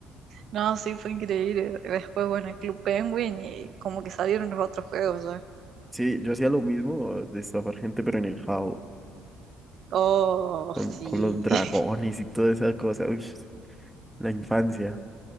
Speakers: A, on the right; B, in the centre.
A: No, sí, fue increíble. Después, bueno, el Club Penguin y como que salieron los otros juegos ya.
B: Sí, yo hacía lo mismo eh, de estafar gente, pero en el Jao,
A: Oh,
B: con,
A: sí,
B: con los dragones
A: <laughs>
B: y toda esa cosa. Uy, la infancia.